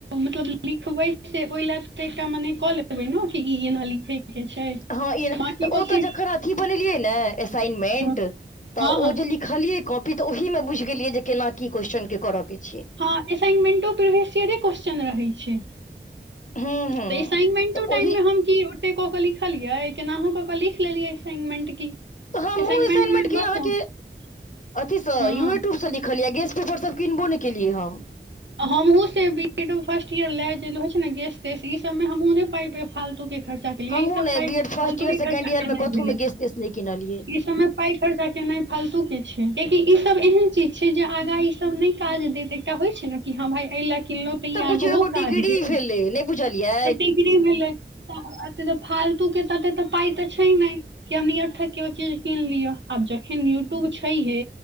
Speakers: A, on the right (about 80°); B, on the left (about 45°).
A: मतलब लिखबै से ओहि लए एकटा मने क ले <unintelligible> कि ई एना लिखै के छै
B: हँ ई
A: बाँकी
B: तऽ ओ
A: ओते
B: तऽ जखन अथी बनेलियै ने असाइनमेंट
A: हँ
B: तऽ
A: हँ
B: ओ जे लिख खलियै कॉपी तऽ ओहि मे बुझि गेलियै जे केना की क्वेश्चन के करअ के छै
A: हँ एसाइनमेंटो प्रिविसियरे क्वेश्चन रहै छै
B: हूँ
A: त
B: हूँ
A: असाइनमेंटो
B: तऽ
A: टाइम
B: ओही
A: मे हम की ओते कऽ के लिखलिये केनाहु कऽ क लिख लेलियै एसाइमेंट की
B: हमहु
A: असाइनमेंटमे
B: असाइनमेंट के
A: बस
B: आहा के अथी स
A: हँ
B: यूट्यूब से लख खलियै गेस पेपर सब किनबो नहि केलियै हम
A: हमूँ से बी एडो फर्स्ट इयर ले जे छै ने गेस तेस ई सब मे हमहुँ नइ पाइ फालतू के खर्चा केलिए
B: हमहुँ
A: ई सब
B: ने
A: पाइ
B: बी एड फर्स्ट
A: फालतू
B: ईयर
A: के
B: सेकेंड
A: खर्चा
B: ईयर
A: केनाइ
B: मे कथहु
A: भेलै
B: मे गेस तेस नहि किनलियै
A: ई सबमे पाइ खर्चा केना फालतू के छै कियाकि ई सब एहन चीज छै जे आगा ई सब नय काज देत एकटा होइ छै न की कि हँ भाई एहि ल किनलहुँ तऽ ई
B: बुझियौ
A: आगहो
B: एगो
A: काज
B: डिग्री
A: देत
B: भेलै
A: ई
B: नहि बुझलियै
A: तऽ डिग्री भेलै त अते तऽ फालतू के तऽ एते तऽ पाइ तऽ छै नइ कि हमनीअर्थक के चीज कीन लियअ आब जखैन यूट्यूब छैहे